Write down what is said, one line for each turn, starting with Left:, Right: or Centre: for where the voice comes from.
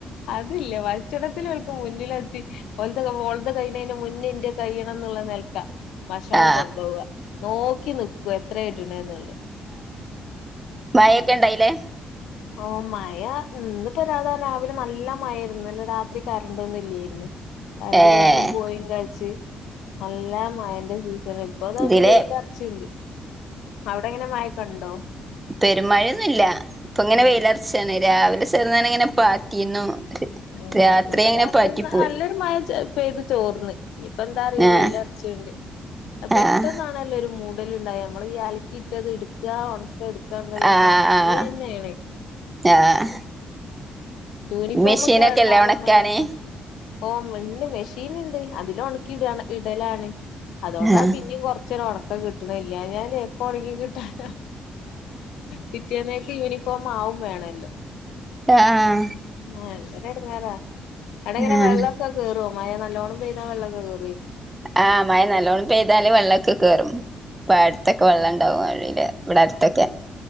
Left: അതില്ല ഭക്ഷണത്തിലോൽക്ക് മുന്നിലെത്തി. ഓലത് ഓളത് കഴിണെന്റെ മുന്നേ ഇന്റേത് കഴിയണംന്ന്ള്ള നൽക്ക. ഭക്ഷണം
Right: ആ
Left: കൊണ്ടോവ നോക്കി നിക്കു എത്രേ ഇടണ്ന്ന്ള്ള
Right: മയൊക്കെ ഇണ്ടായിലേ.
Left: ഓ മയ ഇന്ന്പ്പോ സാത രാവിലെ നല്ല മയരുന്നു ഇന്നലെ രാത്രി കറണ്ടൊന്നും ഇലെർന്ന്. കരന്റ്
Right: ഏഹ്
Left: വന്നും പോയിം കള്ച്ച്. നല്ല മയന്റെ സീസണ് ഇപ്പൊത
Right: ഇതിലെ
Left: ഒന്ന് വെയിലറച്ച്ണ്ട്. അവടെങ്ങന മയക്കെണ്ടോ?
Right: പെരുമയൊന്നുംല്ല ഇപ്പങ്ങനെ
Left: ഉം
Right: വെയിലർചാണ് രാവിലെ ചേർന്നനെങ്ങനെ പാറ്റിന്നു.
Left: ഉം
Right: രാത്രി
Left: ഇവടെ
Right: അങ്ങനെ പാറ്റിപ്പോയി
Left: ഇന്ന് നല്ലൊരു മയ ച പൈത് തോർന്ന് ഇനിപ്പ എന്താ അറീല
Right: ആഹ്
Left: വെയിലർച്ച്ണ്ട്. അഹ് പെട്ടെന്നാണല്ലോ
Right: ആഹ്
Left: ഒരു മൂടൽണ്ടായ അമ്മള് ഈ അലക്കിട്ടത് ഇട്ക്ക ഒണക്ക ഇടുക്കറഞ്ഞ അതൊരു
Right: ആഹ്
Left: പണിന്നെണ്.
Right: ആഹ് ആഹ്.
Left: യൂണിഫോമക്കെ
Right: മെഷീനൊക്കെല്ലേ
Left: ഇണ്ടാവുമ്പോ
Right: ഒണക്കാന്
Left: അമ്മള് വെക്കും. ഓഹ് ഇണ്ട് മെഷീന്ണ്ട് അതിലൊണക്കി ഇട ഇടലാണ്. അതോണ്ടാണ്
Right: ആഹ്
Left: പിന്നിം കൊറച്ചരു ഒണക്കം കിട്ടണയ് ഇല്ലാഞല് എപ്പൊ ഒണങ്ങി കിട്ടാന. പിറ്റേന്നേക്ക് യൂണിഫോമാവും വേണല്ലോ.
Right: ആഹ്.
Left: ആഹ് ഇതൊരടങേറാ അവടെ എങ്ങനെ
Right: ആഹ്
Left: വെള്ളം. ക്കെ കെറോ മഴ നല്ലോണം പെയ്താ വെള്ളം കേറൊയ്
Right: ആഹ് മഴ നല്ലോണം പെയ്താല് വെള്ളൊക്കെ കേറും പടത്തൊക്കെ വെള്ള ഇണ്ടാവും വഴിയില് ഇവടെ അട്ത്തൊക്കെ.